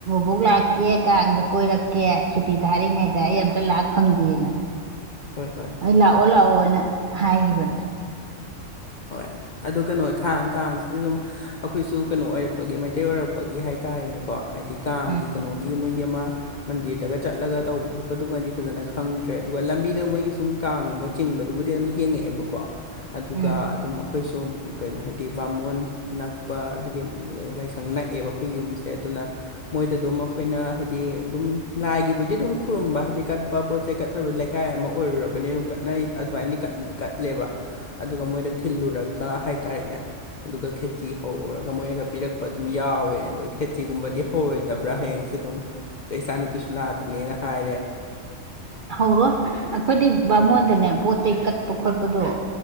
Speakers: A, on the right; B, on the left.
A: ꯕꯣꯛ ꯂꯥꯛꯀꯦ ꯀꯥꯡꯗ ꯀꯣꯏꯔꯛꯀꯦ ꯁꯨꯇꯤ ꯊꯥꯔꯤꯉꯩꯗ ꯑꯩ ꯑꯝꯇ ꯂꯥꯛ ꯐꯪꯗꯦꯅ
B: ꯍꯣꯏ ꯍꯣꯏ
A: ꯑꯩ ꯂꯥꯛꯑꯣ ꯂꯥꯛꯑꯣꯅ ꯍꯥꯏꯈꯤꯕꯅꯦ
B: ꯍꯣꯏ ꯑꯗꯣ ꯀꯩꯅꯣ ꯊꯥꯡ ꯀꯥꯡꯁꯤꯗ ꯑꯗꯨꯝ ꯑꯩꯈꯣꯏꯁꯨ ꯀꯩꯅꯣ ꯑꯣꯏꯔꯛꯄꯒꯤ ꯃꯩꯇꯩ ꯑꯣꯏꯔꯛꯄ ꯒꯤ ꯍꯥꯏꯇꯥꯥꯔꯦꯅꯦꯀꯣ ꯍꯥꯏꯗꯤ ꯀꯥꯡꯒꯤ
A: ꯎꯝ
B: ꯀꯩꯅꯣꯒꯤ ꯃꯣꯏꯒꯤ ꯑꯃ ꯃꯟꯗꯤꯔꯗꯒ ꯆꯠꯂꯒ ꯇꯧꯕ ꯈꯣꯠꯄꯗꯨꯃꯗꯤ ꯐꯖꯅ ꯈꯪꯗ꯭ꯔꯦ ꯑꯗꯨꯒ ꯂꯝꯕꯤꯗ ꯃꯣꯏꯒꯤ ꯁꯨꯝ ꯀꯥꯡꯒꯨꯝꯕ ꯆꯤꯡꯕꯗꯨꯕꯨꯗꯤ ꯑꯗꯨꯝ ꯌꯦꯡꯉꯛꯑꯦꯕꯀꯣ ꯑꯗꯨꯒ
A: ꯎꯝ
B: ꯑꯗꯨꯝ ꯑꯩꯈꯣꯏꯁꯨ ꯀꯩꯅꯣ ꯍꯥꯏꯗꯤ ꯕꯥꯃꯣꯟ ꯅꯛꯄ ꯍꯥꯏꯗꯤ ꯂꯥꯏꯁꯪ ꯅꯥꯏ ꯛꯑꯦꯕ ꯑꯩꯈꯣꯏ ꯌꯨꯝꯁꯦ ꯑꯗꯨꯅ ꯃꯣꯏꯗ ꯑꯗꯨꯝ ꯑꯩꯈꯣꯏꯅ ꯍꯥꯏꯗꯤ ꯑꯗꯨꯝ ꯂꯥꯏꯒꯤꯕꯨꯗꯤ ꯑꯗꯨꯝ ꯈꯨꯔꯨꯝꯕ ꯍꯥꯏꯗꯤ ꯀꯠꯄ ꯄꯣꯠ ꯆꯩ ꯀꯠꯕ ꯀꯥꯏ ꯑꯃ ꯑꯣꯏꯔꯨꯔꯕꯅꯤꯅꯣ ꯀꯠꯅꯔꯤ ꯑꯗꯨꯃꯥꯏꯅꯗꯤ ꯀꯠꯂꯦꯕ ꯑꯗꯨꯒ ꯃꯣꯏꯗ ꯊꯤꯜꯂꯨꯔꯒ ꯍꯥꯏꯇꯥꯥꯔꯦꯅꯦ ꯑꯗꯨꯒ ꯈꯦꯇꯤ ꯍꯧꯔꯔꯒ ꯃꯣꯏꯅꯒ ꯄꯤꯔꯛꯄ ꯌꯥꯎꯋꯦ ꯑꯗꯣ ꯈꯦꯆꯤꯒꯨꯝꯕꯗꯤ ꯍꯧꯔꯣꯏꯗꯕ꯭ꯔꯥ ꯍꯌꯦꯡꯁꯦ ꯑꯗꯨꯝ ꯏꯆꯥ ꯅꯨꯨꯄꯤꯁꯨ ꯂꯥꯛ ꯅꯦ ꯍꯥꯏꯔꯦ <unintelligible>
A: ꯍꯧꯔꯣꯏ ꯑꯩꯈꯣꯏꯗꯤ ꯕꯥꯃꯣꯟꯗꯅꯦ ꯄꯣꯠ ꯆꯩ ꯀꯠꯄ ꯈꯣꯠꯄꯗꯣ